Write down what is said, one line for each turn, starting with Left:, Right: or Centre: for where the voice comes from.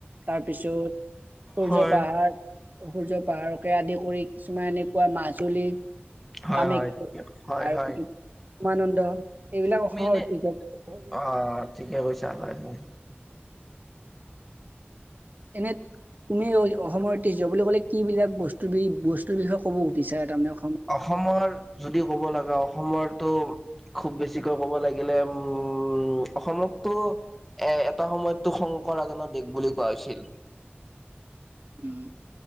Right: তাৰপিছত সূৰ্য
Centre: হয়
Right: পাহাৰ সূৰ্য পাহাৰকে আদি কৰি, কিছুমান এনেকুৱা মাজুলী
Centre: হয়
Right: কামখ্য
Centre: হয় হয়
Right: আৰু
Centre: হয়
Right: উমানন্দ এইবিলাক
Centre: তুমি
Right: অসমৰ
Centre: এনে
Right: ঐতিহ্য <unintelligible>
Centre: অ ঠিকে কৈছা হয় হয়
Right: এনে তুমি ঐ অসমৰ ঐতিহ্য বুলি ক'লে, কি বিলাক বস্তু বি বস্তুৰ বিষয়ে ক'ব সুধিছা তাৰমানে
Centre: অসমৰ যদি ক'ব লগা অসমৰতটো খুব বেছিকৈ ক'ব লাগে গেলে উম অসমততো। এ' এটা সময়তো শংকৰ আজানৰ দেশ বুলি কোৱা হৈছিল।
Right: উম।